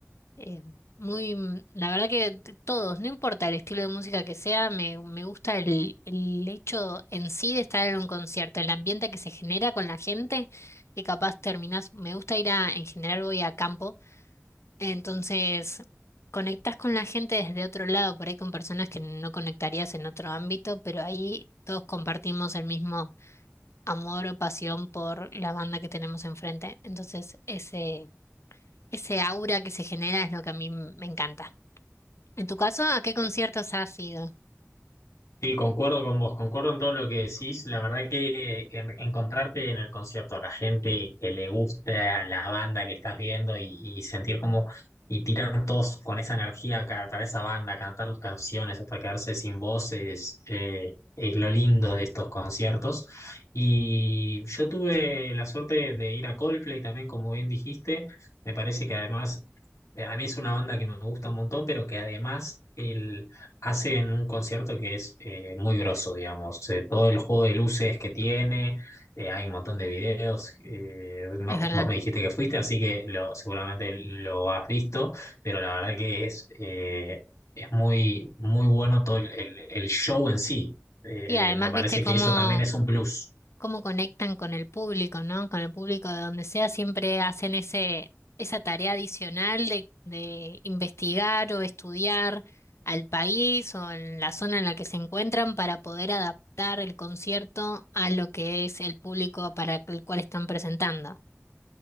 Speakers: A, on the left (about 60°); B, on the left (about 80°).
A: eh, muy, mm, la verdad que t- todos, no importa el estilo de música que sea, me, me gusta el, el hecho en sí de estar en un concierto, el ambiente que se genera con la gente, que capaz terminás, me gusta ir a, en general voy a campo entonces, conectas con la gente desde otro lado, por ahí con personas que no conectarías en otro ámbito, pero ahí todos compartimos el mismo amor o pasión por la banda que tenemos enfrente. Entonces, ese, ese aura que se genera es lo que a mí m- me encanta. En tu caso, ¿a qué conciertos has ido?
B: Sí, concuerdo con vos, concuerdo en todo lo que decís. La verdad que en- encontrarte en el concierto a la gente que le gusta la banda que estás viendo y, y sentir como y tirar todos con esa energía ca- para esa banda, cantar las canciones hasta quedarse sin voz es, eh, es lo lindo de estos conciertos. Y yo tuve la suerte de ir a Coldplay también, como bien dijiste. Me parece que además eh, A mí es una banda que me gusta un montón, pero que además Hacen un concierto que es eh, muy grosso, digamos. eh, todo el juego de luces que tiene, eh, hay un montón de videos. eh, no-
A: Es verdad.
B: vos me dijiste que fuiste, así que lo, seguramente lo has visto, pero la verdad que es, eh, es muy, muy bueno todo el, el- el show en sí. Eh,
A: Y además,
B: me parece
A: ¿viste cómo,
B: que eso también es un plus.
A: cómo conectan con el público, ¿no? Con el público de donde sea, siempre hacen ese, esa tarea adicional de, de investigar o estudiar al país o en la zona en la que se encuentran para poder adaptar el concierto a lo que es el público para el cual están presentando.